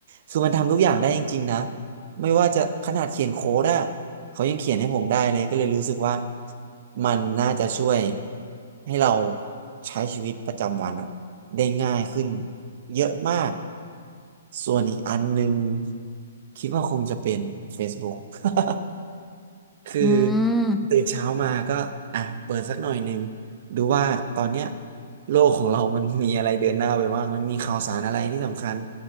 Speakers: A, on the right (about 45°); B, in the centre.
A: คือมันทำทุกอย่างได้จริงๆนะไม่ว่าจะขนาดเขียนโค้ดอะเขายังเขียนให้ผมได้เลยก็เลยรู้สึกว่ามันน่าจะช่วยให้เราใช้ชีวิตประจำวันอะได้ง่ายขึ้นเยอะมากส่วนอีกอันหนึ่งคิดว่าคงจะเป็น Facebook <laughs> คือ
B: อืม
A: ตื่นเช้ามาก็อ่ะเปิดสักหน่อยหนึ่งดูว่าตอนเนี้ยโลกของเรามันมีอะไรเดินหน้าไปบ้างมันมีข่าวสารอะไรที่สำคัญ